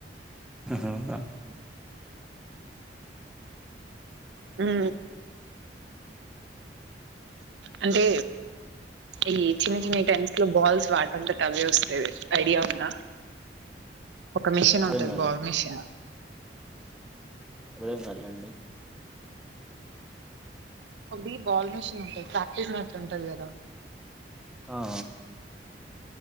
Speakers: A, in the centre; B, on the right.
A: అవునా
B: హు అంటే ఈ చిన్న చిన్న టెన్నిస్ లో బాల్స్ వాటంత టవే వస్తాది ఐడియా ఉందా ఒక మిషన్
A: అర్థం
B: ఉంటది
A: కాలండి
B: బాల్ మిషన్
A: అర్థం కాలే అండి
B: ఒకటి బాల్ మీషన్ ఉంటాంది ప్రాక్టీస్ నెట్ ఉంటది కదా
A: ఆ ఆ